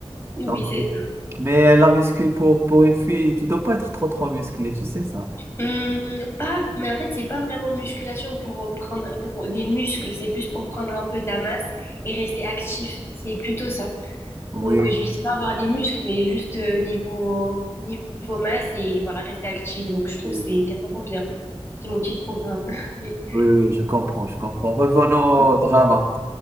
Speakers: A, on the left (about 25°); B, on the right (about 25°).
A: Oui,
B: Donc,
A: c'est
B: euh,
A: ça.
B: mais la muscu pour, pour une fille, tu dois pas être trop trop musclé, tu sais ça.
A: Hum, pas, mais en fait, c'est pas vraiment musculation pour prendre pour des muscles, c'est plus pour prendre un peu de la masse et rester actif. C'est plutôt ça.
B: Oui,
A: Donc, je vise pas avoir des muscles, mais juste euh, niveau, niveau masse et voilà, rester active. Donc, je trouve
B: euh,
A: que c'est c'est vraiment bien. C'est mon petit programme. <laughs> Oui.
B: oui, oui, je comprends, je comprends. Revenons
A: Hum.
B: au drama.